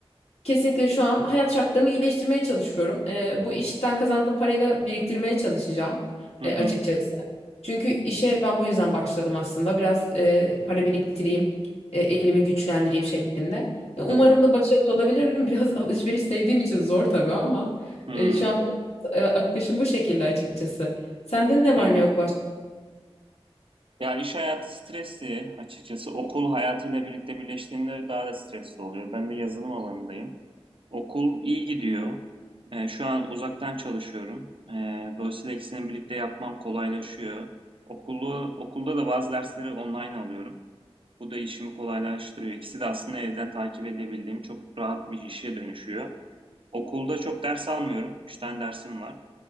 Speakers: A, on the left (about 80°); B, on the right (about 60°).
A: Kesinlikle şu an hayat şartlarımı iyileştirmeye çalışıyorum. Ee, bu işten kazandığım parayı da biriktirmeye çalışacağım
B: Hı
A: e,
B: hı.
A: açıkçası. Çünkü işe ben bu yüzden başladım aslında. Biraz e, para biriktireyim, e, elimi güçlendireyim şeklinde. Ya, umarım
B: Hı hı.
A: da başarılı olabilirim. <laughs> Biraz alışveriş sevdiğim için zor tabii ama
B: Hı hı.
A: e, şu an benim, e, akışım bu şekilde açıkçası. Sende ne var
B: Hı hı.
A: ne yok
B: Ya iş hayatı stresli açıkçası. Okul hayatıyla birlikte birleştiğinde daha da stresli oluyor. Ben de yazılım alanındayım. Okul iyi gidiyor. Ee, şu an uzaktan çalışıyorum. Ee, dolayısıyla ikisini birlikte yapmam kolaylaşıyor. Okulu, okulda da bazı dersleri online alıyorum. Bu da işimi kolaylaştırıyor. İkisi de aslında evden takip edebildiğim çok rahat bir işe dönüşüyor. Okulda çok ders almıyorum. Üç tane dersim var.